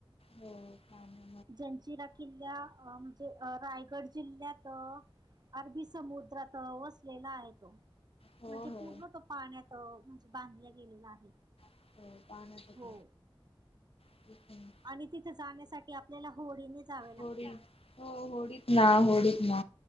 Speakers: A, on the left (about 90°); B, on the right (about 45°).
A: हो छान आहे.
B: जंजिरा किल्ल्या म्हणजे रायगड जिल्ह्यात अरबी समुद्रात वसलेला आहे तो.
A: हो
B: म्हणजे
A: हो
B: पूर्ण तो पाण्यात म्हणजे बांधल्या गेलेला आहे.
A: हो पाण्यातच
B: हो.
A: <unintelligible>
B: आणि तिथे जाण्यासाठी आपल्याला होडीने जावे लागते.
A: होडी, हो होडीत ना. होडीत ना.